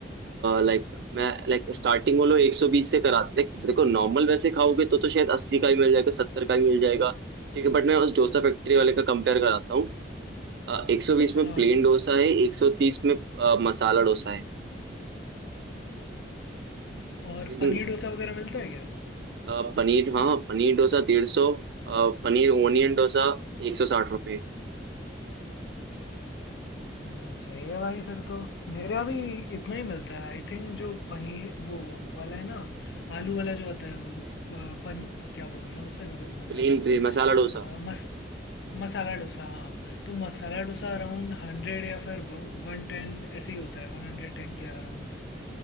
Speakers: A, on the right (about 65°); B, on the left (about 70°).
A: लाइक मैं लाइक स्टार्टिंग वो लोग एक सौ बीस से कराते लाइक देखो नॉर्मल वैसे खाओगे तो तो शायद अस्सी का ही मिल जाएगा सत्तर का ही मिल जाएगा ठीक है बट मैं उस डोसा फैक्ट्री वाले का कंपेयर कराता हूँ एक सौ बीस में
B: हाँ
A: प्लेन डोसा है एक सौ तीस में अ, मसाला डोसा है
B: और
A: लेकिन
B: पनीर डोसा वगैरह मिलता है क्या
A: अ, पनीर हाँ पनीर डोसा डेढ़ सौ पनीर ओनियन डोसा एक सौ साठ रुपये
B: हम्म, सही है भाई फिर तो मेरे यहाँ भी इतना ही मिलता है आई थिंक जो पनीर वो वाला है ना आलू वाला जो होता है अ, पन क्या बोलते हैं उसे मैं तो भूल
A: प्लेन
B: जाता हूँ
A: मसाला डोसा
B: अ, मस मसाला डोसा हाँ तो मसाला डोसा अराउंड हंड्रेड या फिर वन टेन ऐसे ही होता है वन हंड्रेड टेन के अराउंड